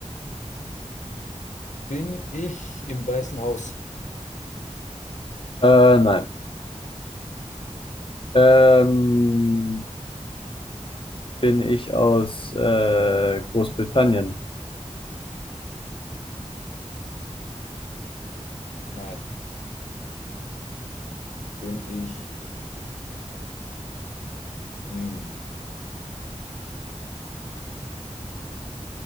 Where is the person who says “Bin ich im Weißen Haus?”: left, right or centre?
Left